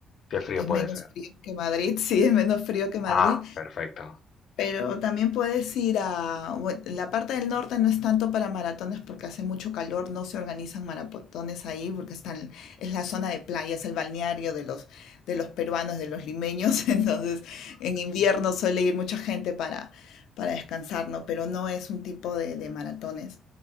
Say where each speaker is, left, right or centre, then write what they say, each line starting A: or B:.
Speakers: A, on the left; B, on the left.
A: qué frío
B: Es
A: puede
B: menos
A: ser.
B: frío que Madrid, <laughs> sí, es menos frío que Madrid.
A: Ah, perfecto.
B: Pero también puedes ir a, bueno, la parte del norte no es tanto para maratones porque hace mucho calor, no se organizan maratones ahí porque están, es la zona de playa, es el balneario de los, de los peruanos, de los limeños, <laughs> entonces en invierno suele ir mucha gente para, para descansar, ¿no? Pero no es un tipo de, de maratones,